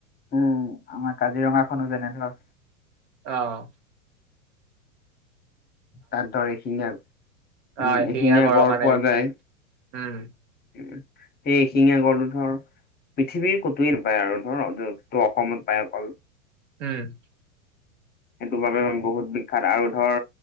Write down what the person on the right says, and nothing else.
অহ
অ এশিঙীয়া
গড়ৰ
কাৰণে
বিখ্যাত।
উম
উম।